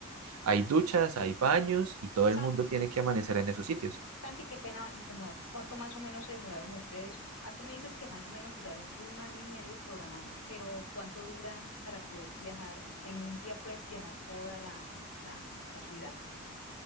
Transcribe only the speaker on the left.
San-
Santi, qué pena incomodarte. ¿Cuánto más o menos se demoraron ustedes? Ah, tú me dices que más o menos duraron un año y medio programando, pero ¿cuánto duran para poder viajar? ¿En un día puedes viajar toda la, la, la ciudad?